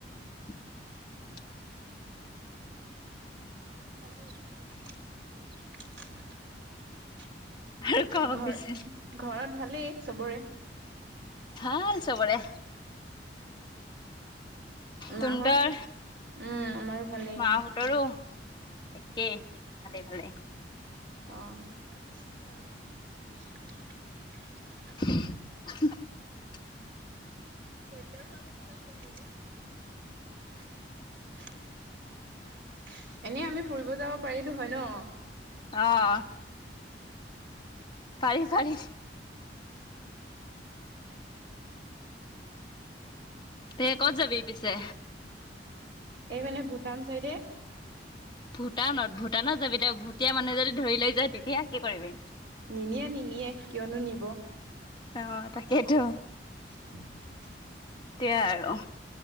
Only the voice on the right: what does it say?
পালো <unintelligible>
ঘৰত
- ঘৰত ভালেই চবৰে?
মাহত
উম, আমাৰো ভালেই।
অহ ',
বইলাৰ চামিখত আছে আৰু। <inaudible> এনেই আমি ফুৰিব যাব পাৰিলো হয় ন।
এইপিনে ভূটান চাইডে।
নিনিয়ে-নিনিয়ে কিয়নো নিব।
<inaudible>